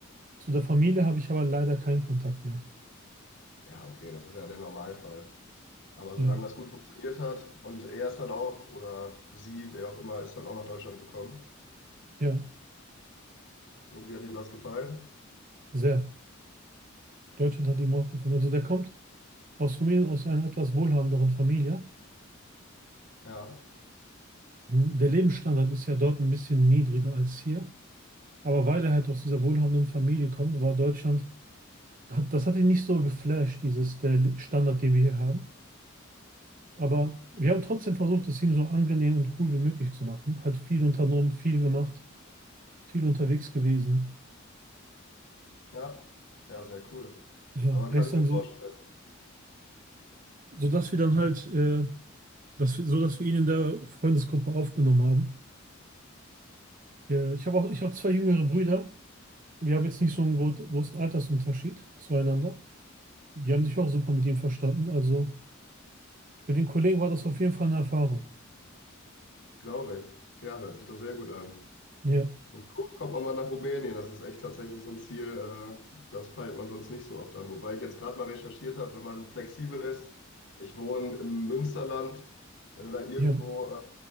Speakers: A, on the right; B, on the left.
A: Zu der Familie habe ich aber leider keinen Kontakt mehr.
B: Ja, okay, das ist ja der Normalfall. Aber solange
A: Ja,
B: das gut funktioniert hat und er ist dann auch, oder sie, wer auch immer, ist dann auch nach Deutschland gekommen.
A: ja,
B: Und wie hat ihm das gefallen?
A: sehr. Deutschland hat ihm auch gefallen. Also der kommt aus Rumänien, aus einer etwas wohlhabenderen Familie.
B: Ja.
A: Mhm. Der Lebensstandard ist ja dort ein bisschen niedriger als hier. Aber weil er halt aus dieser wohlhabenden Familie kommt, war Deutschland hat- das hat ihn nicht so geflasht, dieses der Standard, den wir hier haben. Aber wir haben trotzdem versucht, es ihm so angenehm und cool wie möglich zu machen. Hat viel unternommen, viel gemacht, viel unterwegs gewesen.
B: Ja, ja, sehr cool.
A: Ja,
B: Aber
A: er
B: kann
A: ist
B: ich
A: dann
B: mir
A: so,
B: vorstellen,
A: so dass wir dann halt, äh, dass wir, so dass wir ihn in der Freundesgruppe aufgenommen haben. Äh, ich habe auch, ich habe zwei jüngere Brüder. Wir haben jetzt nicht so einen gro großen Altersunterschied zueinander. Die haben sich auch super mit ihm verstanden. Also für den Kollegen war das auf jeden Fall eine Erfahrung.
B: glaube ich. Ja, hört sich doch sehr gut an.
A: Ja,
B: Und so kommt man mal nach Rumänien. Das ist echt tatsächlich so ein Ziel, äh, das peilt man sonst nicht so oft an. Wobei ich jetzt gerade mal recherchiert habe, wenn man flexibel ist. Ich wohne im Münsterland. Wenn du da irgendwo,
A: ja,